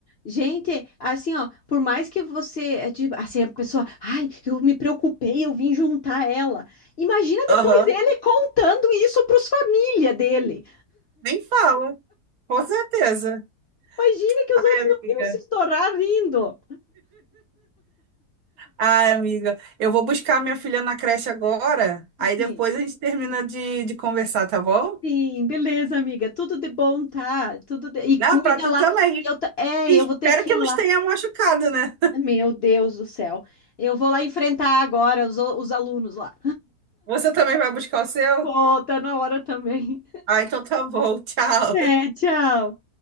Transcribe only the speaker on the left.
Gente, assim, ó, por mais que você, é de- assim, a pessoa, ai, eu me preocupei, eu vim juntar ela. Imagina depois
ele contando isso para os família dele.
Imagina que os
outros
não iam se estourar rindo.
Sim,
sim, beleza, amiga, tudo de bom, tá? Tudo de- E cuida
lá,
que eu ta- é,
eu
vou ter que
ir lá.
Meu Deus do céu. Eu vou lá enfrentar agora os, o- os alunos lá.
Pô, tá na hora também.
É, tchau.